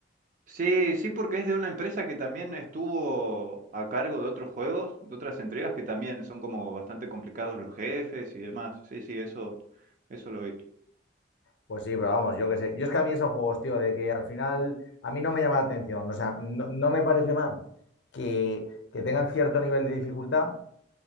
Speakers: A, on the right (about 40°); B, on the left (about 65°).
A: Sí, sí, porque es de una empresa que también estuvo a cargo de otros juegos, de otras entregas que también son como bastante complicados los jefes y demás. Sí, sí, eso, eso lo vi.
B: Pues sí, pero vamos, yo qué sé. Yo es que a mí esos juegos, tío, de que al final a mí no me llama la atención. O sea, no, no me parece mal que, que tengan cierto nivel de dificultad,